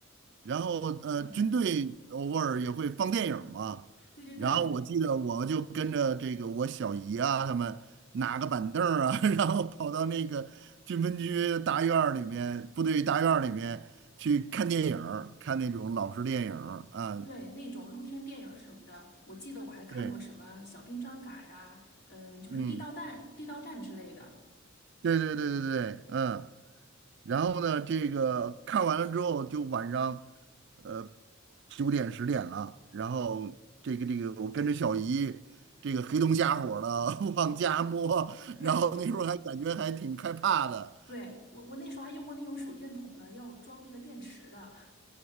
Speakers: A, on the right; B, on the left.
A: 然后呃，
B: 嗯，
A: 军队偶尔也会放电影嘛。
B: 对对对
A: 然后我记得我就跟着这个我小姨啊，他们拿个板凳儿啊，<laughs> 然后跑到那个军分区大院儿里面、部队大院儿里面去看电影儿看那种老式电影儿啊。
B: 对，那种露天电影儿什么的，我记得我还看过什么《小兵张嘎》呀，
A: 对，
B: 嗯，就是《地道战》《地道战》之类的。
A: 嗯对对对对对，嗯。然后呢，这个看完了之后，就晚上，呃，九点十点了。然后这个这个，我跟着小姨，这个黑灯瞎火的 <laughs> 往家摸，
B: 对
A: 然后那时候还感觉还挺害怕的。
B: 对，我我那时候还用过那种手电筒呢，要装那个电池的。